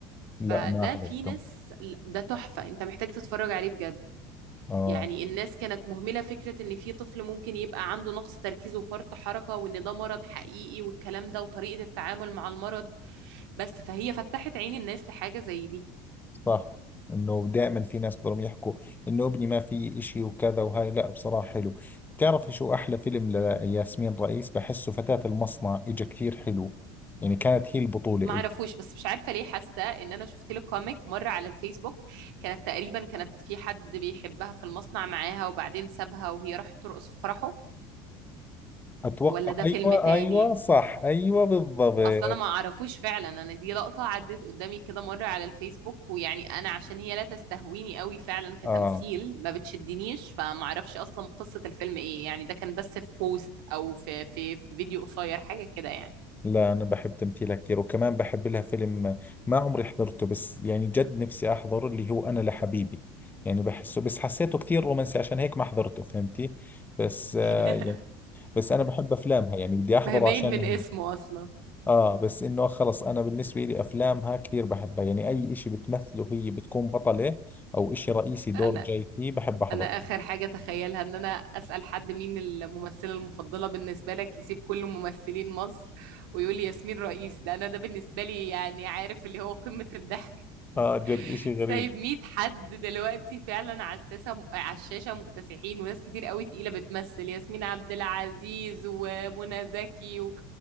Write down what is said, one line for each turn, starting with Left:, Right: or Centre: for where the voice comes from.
Right: فده
Left: لا ما حضرته
Right: في ناس ده تحفه انت محتاج تتفرج عليه بجد
Left: آه
Right: يعني الناس كانت مهملة فكرة إن في طفل ممكن يبقى عنده نقص تركيز وفرط حركة وإن ده مرض حقيقي والكلام ده وطريقة التعامل مع المرض بس فهي فتحت عين الناس لحاجة زي دي
Left: صح انه دائما في ناس بدهم يحكوا انه ابني ما في اشي وكذا وهاي لا بصراحة حلو بتعرفي شو احلى فيلم لياسمين رئيس بحسه فتاة المصنع اجا كثير حلو يعني كانت هي البطولة
Right: ما
Left: إلي.
Right: اعرفوش بس مش عارفة ليه حاسة إن أنا شفت لك كوميك مرة على الفيسبوك كانت تقريبا كانت في حد بيحبها في المصنع معاها وبعدين سابها وهي راحت ترقص في فرحه
Left: اتوقع
Right: ولا ده فيلم
Left: ايوه
Right: تاني
Left: ايوه صح ايوه بالضبط
Right: اصل انا ما اعرفوش فعلا انا دي لقطة عدت قدامي كده مرة على الفيسبوك ويعني انا عشان هي لا تستهويني قوي فعلا كتمثيل
Left: اه
Right: ما بتشدنيش فما اعرفش اصلا قصة الفيلم ايه يعني ده كان بس في بوست او في في, في فيديو قصير حاجة كده يعني
Left: لا انا بحب تمثيلها كثير وكمان بحب لها فيلم ما عمري حضرته بس يعني جد نفسي احضره اللي هو انا لحبيبي يعني بحسه بس حسيته كثير رومانسي عشان هيك ما حضرته فهمتي بس
Right: <laughs>
Left: آه يعني بس انا بحب افلامها يعني بدي احضره
Right: ما هي باين
Left: عشان
Right: من
Left: هي
Right: اسمه اصلا
Left: اه بس انه خلص انا بالنسبه لي افلامها كثير بحبها يعني اي اشي بتمثله هي بتكون بطله او اشي رئيسي دور
Right: انا
Left: جاي فيه بحب احضره
Right: انا اخر حاجة تخيلها ان انا اسأل حد مين الممثلة المفضلة بالنسبة لك يسيب كل ممثلين مصر ويقول لي ياسمين رئيس ده انا ده بالنسبة لي يعني عارف اللي هو قمة الضحك
Left: اه جد اشي غريب
Right: سايب 100 حد دلوقتي فعلا على الساسة على الشاشة مكتسحين وناس كتير قوي تقيلة بتمثل ياسمين عبد العزيز ومنى زكي و...